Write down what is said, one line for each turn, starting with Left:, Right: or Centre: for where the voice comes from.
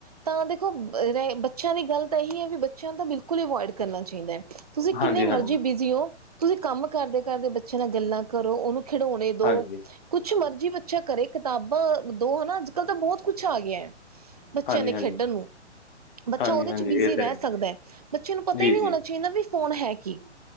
Right: ਤਾਂ ਦੇਖੋਂ ਅ ਰੈ ਬੱਚੇਆਂ ਵੀ ਗੱਲ ਤਾਂ ਏਹੀ ਹੈ, ਵੀ ਬੱਚੇਆਂ ਤਾਂ ਬਿਲਕੁਲ ਅਵੋਏਡ ਕਰਨਾ ਚਾਈਦੈ। ਤੂਸੀਂ ਕਿੰਨੇ
Left: ਹਾਂਜੀ ਹਾਂਜੀ
Right: ਮਰਜੀ ਬਿਜ਼ੀ ਓ, ਤੂਸੀ ਕਾੰਮ ਕਰਦੇ-ਕਰਦੇ ਬੱਚੇਆਂ ਨਾਲ ਗੱਲਾਂ ਕਰੋ, ਓਨੂੰ ਖਿਡੋਨੇ ਦੋ
Left: ਹਾਂਜੀ
Right: ਕੁੱਛ ਮਰਜੀ ਬੱਚਾ ਕਰੇ, ਕਿਤਾਬਾਂ ਦੋ, ਹਨਾ ਆੱਜ-ਕਾੱਲ ਤਾਂ ਬੋਤ ਕੁੱਛ ਆ ਗੇਐ ਬੱਚੇਆਂ
Left: ਹਾਂਜੀ
Right: ਦੇ
Left: ਹਾਂਜੀ
Right: ਖੇਡਨ ਨੂੰ, ਬੱਚਾ
Left: ਹਾਂਜੀ
Right: ਓਦੇ
Left: ਹਾਂਜੀ
Right: ਚ ਬਿਜ਼ੀ
Left: ਇਹ ਤੇ
Right: ਰੈ
Left: ਹੈ
Right: ਸਕਦੈ, ਬੱਚੇਆਂ ਨੂੰ ਪਤਾ
Left: ਜੀ,
Right: ਈ ਨੀ
Left: ਜੀ,
Right: ਹੋਨਾ ਚੈਨਾ ਵੀ ਫ਼ੋਨ ਹੈ ਕੀ,